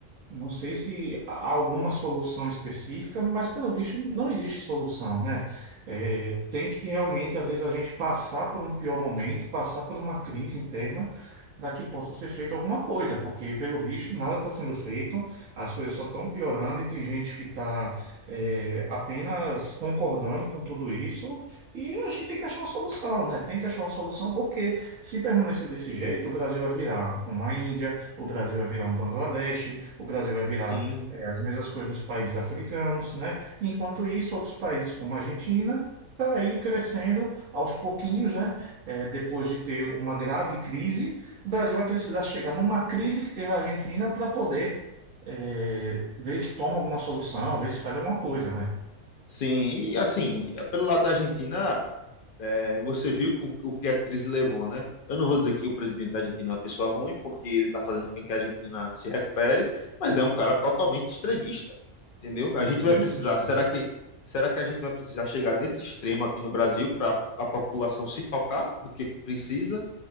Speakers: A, on the right; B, on the left.
A: Não sei se há alguma solução específica, mas pelo visto não existe solução, né? É, tem que realmente, às vezes, a gente passar por um pior momento, passar por uma crise interna, para que possa ser feita alguma coisa, porque pelo visto nada está sendo feito, as coisas só estão piorando e tem gente que está, apenas concordando com tudo isso e a gente tem que achar uma solução, né? Tem que achar uma solução, porque se permanecer desse jeito, o Brasil vai virar uma Índia. O Brasil vai virar um Bangladesh, o Brasil vai virar
B: Sim.
A: eh, as mesmas coisas dos países africanos, né? Enquanto isso, outros países como a Argentina estão aí crescendo aos pouquinhos, né? Eh, depois de ter uma grave crise, o Brasil vai precisar chegar numa crise que teve a Argentina para poder eh, ver se toma alguma solução, ver se faz alguma coisa, né?
B: Sim, e assim, pelo lado da Argentina, é, você viu o, o que a crise levou, né? Eu não vou dizer que o presidente da Argentina é uma pessoa ruim, porque ele está fazendo com que a Argentina se recupere, mas é um cara totalmente extremista, entendeu? A
A: Extremista.
B: gente vai precisar, será que, será que a gente vai precisar chegar nesse extremo aqui no Brasil para a população se tocar do que precisa,